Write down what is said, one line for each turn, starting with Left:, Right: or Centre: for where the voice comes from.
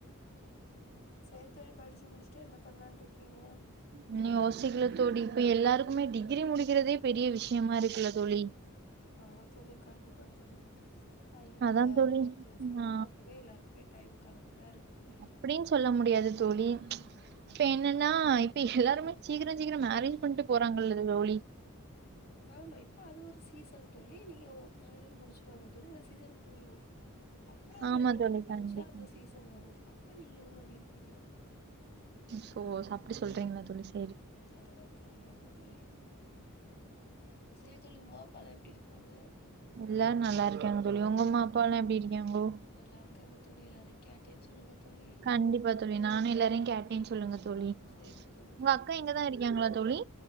Left: சேர் தொழி படிச்சு முடிச்ட்டு என்ன பண்லான் ன்ருக்கீங்க
Right: இன்னு யோசிக்ல தோழி இப்பெ எல்லாருக்குமே டிக்கிரி முடிக்கிறதே பெரிய விஷ்யமா இருக்குல தோழி
Left: ஆமா தோழி கண்டிப்பா தோழி டைம்
Right: அதா
Left: இல்ல
Right: தோழி
Left: உங்களுக்கு ஃபோன்
Right: ஆ
Left: பாக்கவே எல்லார்க்குமே டைம் கரட்டா இருக்கு தோழி
Right: அப்டின்னு சொல்ல முடியாது தோழி ப்ப என்னன்னா இப்ப ஹெல்லாருமே சீக்கிர சீக்கிர மேரேஜ் பண்ட்டு போறாங்கல்ல லோழி
Left: ஆமா இப்ப அது ஒரு சீசன் தோழி நீங்கவ் தேர்ட் அரு முடிச்சி பாருங்க தோழி எ சீசன் போய்ரு அப்றோ ஒ
Right: ஆமா
Left: ரெண்டு வர்ஷோ
Right: தோழி
Left: கழிச்யே
Right: கண்டிப்பா
Left: அந்த சீசன் வரு அப்ப நீங்களு வண்ணிருப்பீங்க
Right: சோ சப்டி சொல்றீங்களா தோழிஸ்
Left: ஆமா தோழி ஆமா தோழி சேரி தோழி உமா அப்பாலா எப்டி இருக்காங்க
Right: எல்லாரு நல்லாருக்காங்க தோழி உங்க அம்மா அப்பால்லா எப்டி இரிக்காங்கோ
Left: நல்லாருக்கங்க தோழி எல்லாரையு கேட்டேன் சொல்லுங்க தோழி
Right: கண்டிப்பா தோழி நானு எல்லாரையு கேட்டேன் சொல்லுங்க தோழி
Left: சரி தோழி
Right: உங்க
Left: கண்டிப்பா
Right: அக்கா இங்கதா
Left: சொல்லுங்க
Right: இரிக்காங்களா தோழி